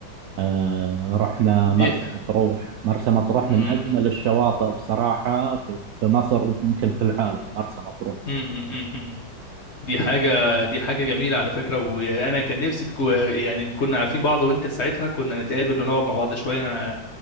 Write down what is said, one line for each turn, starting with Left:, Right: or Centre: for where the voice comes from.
Right: آه، رحنا
Left: دي
Right: مرسى مطروح مرسى مطروح
Left: أمم،
Right: من أجمل الشواطئ بصراحة في في مصر ويمكن في العالم مرسى مطروح
Left: أمم، أمم. دي حاجة دي حاجة جميلة على فكرة وأنا كان نفسي تكو يعني كنا عارفين بعض وأنت ساعتها كنا نتقابل ونقعد مع بعض شوية أنا